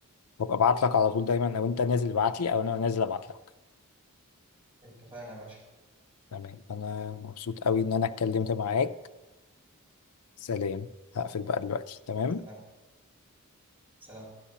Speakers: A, on the left (about 85°); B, on the right (about 25°).
A: وابقى ابعت لك على طول دايما او انت نازل ابعت لي او انا نازل ابعت لك
B: اتفقنا يا باشا
A: تمام انا مبسوط قوي ان انا اتكلمت معاك سلام هقفل بقى دلوقتي تمام
B: سلام سلام